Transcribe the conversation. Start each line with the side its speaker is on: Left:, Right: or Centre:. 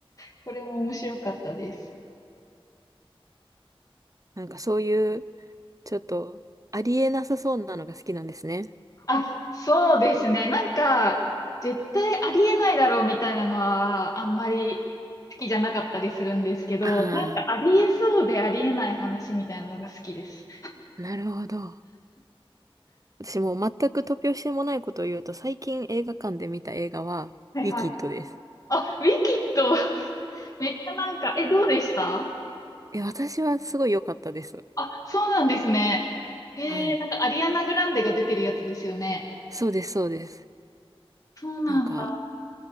Left: これも面白かったです。
Right: なんかそういう、ちょっと、ありえなさそうなのが好きなんですね。
Left: あ、そうですね。なんか、絶対ありえないだろうみたいなのは、あんまり好きじゃなかったりするんですけど、
Right: あ
Left: なんかありえそうでありえない話みたいなのが好きです。
Right: あ、なるほど。私もう全く突拍子もないことを言うと、最近映画館で見た映画は、
Left: はいはい。
Right: ウィキッドです。
Left: あ、ウィキッド、<laughs> めっちゃなんか、え、どうでした
Right: え、私はすごい良かったです。
Left: あ、そうなんですね。へえ、
Right: はい。
Left: なんかアリアナ・グランデが出てるやつですよね。
Right: そうです、そうです。
Left: そうなんだ。
Right: なんか、